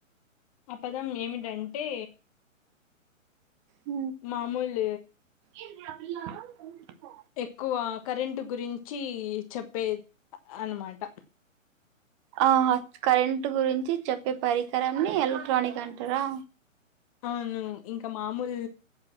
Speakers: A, on the left; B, on the right.
A: ఆ పదం ఏమిటండి? తె
B: హా
A: మామూలు
B: అ
A: ఎక్కువ కరెంటు గురించి చెప్పే అనమాట
B: ఆ కరెంట్ గురించి చెప్పే పరికరంని ఎలక్ట్రానిక్ అంటరా?
A: అవును ఇంకా మా ముల్